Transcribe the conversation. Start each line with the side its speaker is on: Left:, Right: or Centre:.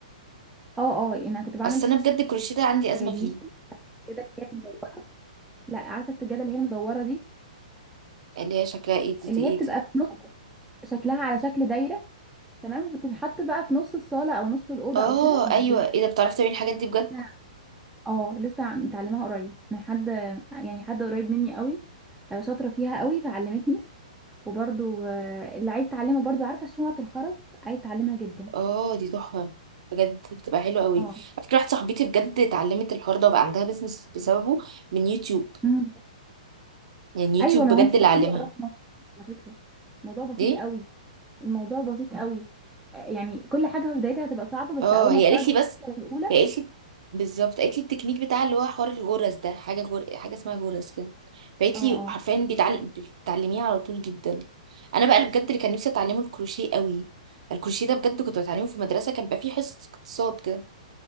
Centre: اه اه يعني انا كنت بعمل
Right: اصل انا بجد الكروشيه ده عندي ازمه
Centre: سجاجيد
Right: فيه
Centre: كده اللي هي مدورة لا عارفة السجادة اللي هي المدورة دي
Right: اللي هي شكلها ايه دي
Centre: اللي
Right: دي ايه
Centre: هي بتبقى
Right: دي
Centre: في نص شكلها على شكل دايرة تمام وبتتحط بقى في نص الصالة او نص الأوضة
Right: اه
Centre: او كده بش...
Right: ايوه ايه ده بتعرفي تعملي الحاجات دي بجد
Centre: أنا- اه لسه متعلمها قريب من حد يعني حد قريب مني قوي آه، شاطرة فيها قوي فعلمتني وبرضو آه، اللي عايز تعلمه برضو عارفه شنط الخرز عايز تعلمها جدا
Right: اه دي تحفه بجد بتبقى حلوه قوي
Centre: اه
Right: على فكره واحده صاحبتي بجد اتعلمت الحوار ده وبقى عندها بيزنس بسببه من يوتيوب
Centre: مم.
Right: يعني يوتيوب
Centre: ايوه ما
Right: بجد
Centre: هو انت تعملي
Right: اللي علمها
Centre: وراها مصر على فكره الموضوع بسيط
Right: ليه
Centre: قوي الموضوع بسيط قوي آه، يعني كل حاجه في بدايتها هتبقى صعبه
Right: اه
Centre: بس اول
Right: هي
Centre: ما بتاخدي
Right: قالت لي بس
Centre: الخطوة الاولى
Right: هي قالت لي بالظبط قالت لي التكنيك بتاع اللي هو حوار الجرس ده حاجه جر... حاجه اسمها جرس كده فقالت
Centre: اه اه
Right: لي حرفيا بيتعلم بتعلميه على طول جدا انا بقى اللي بجد اللي كان نفسي اتعلمه الكروشيه قوي الكروشيه ده بجد كنت بتعلمه في المدرسه كان بقى فيه حصه اقتصاد كده